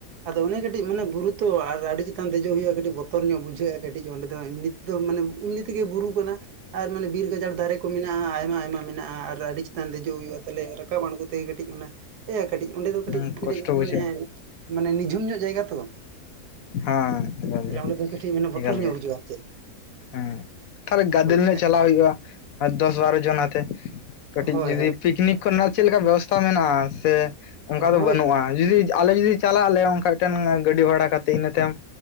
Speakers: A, on the right; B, on the left.
A: ᱟᱫᱚ ᱚᱱᱮ ᱠᱟᱹᱴᱤᱡ ᱢᱟᱱᱮ ᱵᱩᱨᱩ ᱛᱚ ᱟᱨ ᱟᱹᱰᱤ ᱪᱮᱛᱟᱱ ᱫᱮᱡᱚᱜ ᱦᱩᱭᱩᱜᱼᱟ ᱠᱟᱹᱴᱤᱡ ᱵᱚᱛᱚᱨ ᱧᱚᱜ ᱵᱩᱡᱷᱟᱹᱜᱼᱟ ᱠᱟᱹᱴᱤᱡ ᱚᱸᱰᱮ ᱫᱚ ᱮᱢᱱᱤ ᱫᱚ ᱢᱟᱱᱮ ᱮᱢᱱᱤ ᱛᱮᱜᱮ ᱵᱩᱨᱩ ᱠᱟᱱᱟ ᱟᱨ ᱢᱟᱱᱮ ᱵᱤᱨ ᱜᱟᱡᱟᱲ ᱫᱟᱨᱮ ᱠᱚ ᱢᱮᱱᱟᱜᱼᱟ ᱟᱭᱢᱟ ᱟᱭᱢᱟ ᱢᱮᱱᱟᱜᱼᱟ ᱟᱨ ᱟᱹᱰᱤ ᱪᱮᱛᱟᱱ ᱫᱮᱡᱚᱜ ᱦᱩᱭᱩᱜᱼᱟ ᱛᱟᱦᱟᱞᱮ ᱨᱟᱠᱟᱵ ᱟᱬᱜᱩ ᱛᱮ ᱠᱟᱹᱴᱤᱡ ᱚᱱᱟ ᱮ ᱠᱟᱹᱴᱤᱡ ᱚᱸᱰᱮ ᱫᱚ ᱠᱟᱹᱴᱤᱡ
B: ᱦᱮᱸ
A: ᱠᱟᱹᱴᱤᱡ
B: ᱠᱚᱥᱴᱚ ᱵᱩᱡᱷᱟᱹᱜᱼᱟ
A: ᱢᱟᱱᱮ ᱢᱟᱱᱮ ᱱᱤᱡᱷᱩᱢ ᱧᱚᱜ ᱡᱟᱭᱜᱟ ᱛᱚ
B: ᱦᱟᱸ ᱮᱠᱟᱞ
A: ᱛᱟᱦᱚᱞᱮ
B: ᱜᱮ
A: ᱚᱸᱰᱮ ᱫᱚ ᱠᱟᱹᱴᱤᱡ ᱢᱟᱱᱮ ᱵᱚᱛᱚᱨ
B: ᱮᱠᱟᱞ
A: ᱧᱚᱜ
B: ᱜᱮ
A: ᱵᱩᱡᱩᱜᱼᱟ ᱟᱨ ᱪᱮᱫ
B: ᱦᱮᱸ ᱛᱟᱦᱞᱮ ᱜᱟᱫᱮᱞ
A: ᱦᱳᱭ ᱵᱟᱠᱷᱟᱡ
B: ᱧᱚᱜ ᱪᱟᱞᱟᱣ ᱦᱩᱭᱩᱜᱼᱟ ᱟᱨ ᱫᱚᱥ ᱵᱟᱨᱚ ᱡᱚᱱ ᱟᱛᱮ ᱠᱟᱹᱴᱤᱡ
A: ᱦᱳᱭ
B: ᱡᱩᱫᱤ
A: ᱦᱳᱭ
B: ᱯᱤᱠᱱᱤᱠ ᱠᱚᱨᱮᱱᱟᱜ ᱪᱮᱫ ᱞᱮᱠᱟ ᱵᱮᱵᱚᱥᱛᱟ ᱢᱮᱱᱟᱜᱼᱟ? ᱥᱮ ᱚᱱᱠᱟ ᱫᱚ
A: ᱦᱳᱭ
B: ᱵᱟᱹᱱᱩᱜᱼᱟ ᱡᱩᱫᱤ ᱟᱞᱮ ᱡᱩᱫᱤ ᱪᱟᱞᱟᱜ ᱟᱞᱮ ᱚᱱᱠᱟ ᱢᱤᱫᱴᱮᱱ ᱜᱟᱹᱰᱤ ᱵᱷᱟᱲᱟ ᱠᱟᱛᱮ ᱤᱱᱟᱹ ᱛᱟᱭᱚᱢ